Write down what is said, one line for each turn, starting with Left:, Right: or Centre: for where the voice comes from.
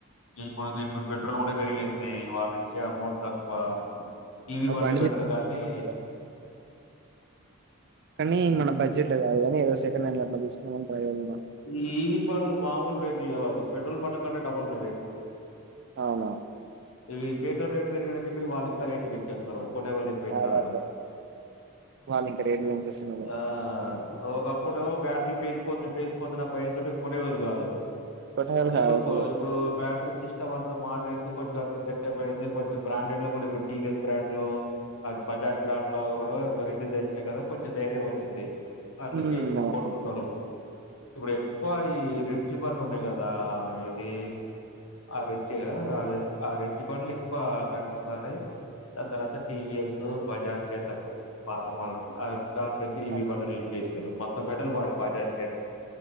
Left: ఇప్పుడు ఇప్పుడు పెట్రోల్ కూడా పెరిగింది వాళ్ళు ఇచ్చే అమౌంట్ తక్కువ ఇవి
Right: ఆ
Left: బండ్లు
Right: బండి
Left: బెటర్
Right: తీసుకున్నాను
Left: గానీ
Right: <unintelligible> <inaudible>
Left: <unintelligible>
Right: కానీ మన
Left: ఇప్
Right: బడ్జెట్ లో కాదు కానీ ఏదో సెకండ్ హ్యాండ్ అట్లా తీసుకుందాం అని ట్రై లోనే ఉన్న
Left: ఈ ఈవి బండ్లు మామూలు రేట్లు లేవు అసలు పెట్రోల్ బండ్ల కంటే డబుల్ ఉన్నాయి రేట్లు
Right: అవునా
Left: ఇవి పెట్రోల్ రేట్ పెరిగాయి అని చెప్పి వాళ్ళ ఇంకా రేట్లు పెంచేస్తారు కొనేవాళ్ళేక్కువైతునరని
Right: అదే అదే. వాళ్ళు ఇంకా రేట్లు పెంచేస్తున్నారు
Left: ఆ ఒకప్ అప్పుడేమో బ్యాటరీల్ పేలిపోతున్నాయి పేలిపోతున్న భయంతోటి కొనేవాలు కాదు
Right: కొత్త వాళ్ళు కాదు
Left: ఇప్పుడు
Right: అసలు
Left: ఇప్పుడు బ్యాటరీ సిస్ట సిస్టమ్ అంతా మారిపోయింది కొంచెం అంతా సెట్ అయిపోయింది కొంచె బ్రాండెడ్ లో కూడా ఇప్పుడు టీవీఎస్ బ్రాండ్ లో అట్ బజాజ్ బ్రాండ్లో కూడా రిలీజ్ అయితున్నాయి కదా కొంచెం ధైర్యమొచ్చింది అందుకే
Right: ఉమ్,
Left: ఎక్కువ కొంటున్నరు
Right: అవును.
Left: ఇప్పుడు ఎక్కువ ఈ రిడ్జ్ బండ్లు ఉన్నాయి కదా ఇది ఆ రిడ్జ అ ఆ రిడ్జి బండ్లు ఎక్కువ కనిపిస్తానాయి దాని తర్వాత టీవిఎస్ బజాజ్ చేతక్ పాత మోడల్ దాని పె ఈవి
Right: పాత-
Left: బండ్లు రిలీజ్ చేసారు మొత్తం మెటల్ బాడి బాగా చేత